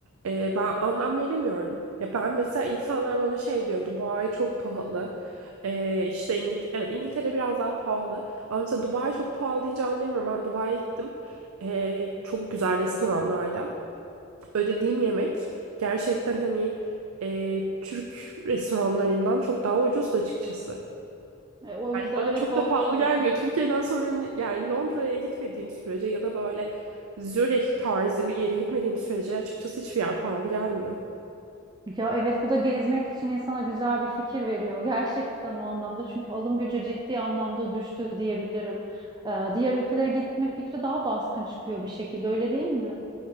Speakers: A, on the right; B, on the right.
A: E, ben anlam veremiyorum. Ya ben mesela insanlar bana şey diyor Dubai çok pahalı. E, işte İngilt evet İngiltere biraz daha pahalı. Ama mesela Dubai çok pahalı deyince anlayamıyorum. Ben Dubai'ye gittim. E, çok güzel restoranlarda. Ödediğim yemek gerçekten hani e, Türk restoranlarından çok daha ucuzdu açıkçası.
B: E, o yüzden
A: Bana
B: evet
A: çok
B: doğru
A: da pahalı
B: söylüyorsun.
A: gelmiyor. Türkiye'den sonra yani Londra'ya gitmediğim sürece ya da böyle Zürih tarzı bir yere gitmediğim sürece açıkçası hiçbir yer pahalı gelmiyor.
B: Ya evet bu da gezmek için insana güzel bir fikir veriyor. Gerçekten o anlamda çünkü alım gücü ciddi anlamda düştü diyebilirim. Ee, diğer ülkelere gitme fikri daha baskın çıkıyor bir şekilde öyle değil mi?